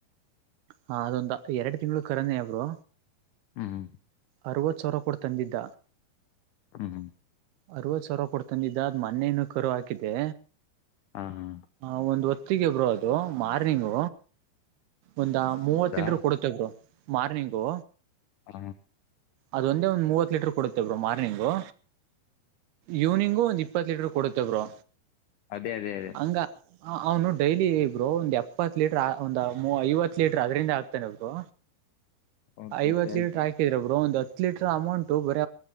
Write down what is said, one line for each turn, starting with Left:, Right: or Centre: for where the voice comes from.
Right: ಹ ಅದೊಂದು ಎರಡು ತಿಂಗಳು ಕರನೇ ಅವರು
Left: ಹ್ಮ್ ಹ್ಮ್
Right: ಅರವತ್ ಸಾವಿರ ಕೊಡ್ ತಂದಿದ್ದ
Left: ಹ್ಮ್ ಹ್ಮ್
Right: ಅರವತ್ತು ಸಾವಿರ ಕೊಡ್ ೊಂದು ಇದಾದ ಮೊನ್ನೆಯನ್ನು ಕರು ಹಾಕಿದೆ
Left: ಹಾ ಹಾ
Right: ಆ ಒಂದು ಒತ್ತು ಹೊತ್ತಿಗೆ ಬರು ಅದು ಮಾರ್ನಿಂಗ್ ಒಂದ ಮೂವತ್ತಲ್ರು
Left: ಹೌದಾ
Right: ಕೊಡುತ್ತೆ ಬರು ಮಾರ್ನಿಂಗು
Left: ಹ
Right: ಅದೊಂದೇ ಒಂದ್ ಮೂವತ್ ಲೀಟರ್ ಕೊಡುತ್ತೇ ಬರು ಮಾರ್ನಿಂಗು ಇವ್ನಿಂಗು ಒಂದ್ ಇಪ್ಪತ್ತು ಲೀಟರ್ ಕೊಡುತ್ತ ಬರು
Left: ಅದೇ ಅದೇ ಅದೇ
Right: ಹಂಗ ಅವನು ಡೈಲಿ ಇಬ್ರು ಒಂದು್ ಎಪ್ಪತ್ತು ಲೀಟರ್ ಒಂದು ಐವತ್ತು ಲೀಟರ್ ಅದರಿಂದ ಆಾಕ್ತಾನ ಒಬ್ರು
Left: ಓಕೆ
Right: ಐವತ್ತು
Left: ಕೇಳ್ತ
Right: ಲೀಟರ್ ಹಾಕಿದ್ರ ಒಬ್ರು ಒಂದು ಹತ್ತು ಹ ಲೀಟರ್ ಅಮೌಂಟು ಬರ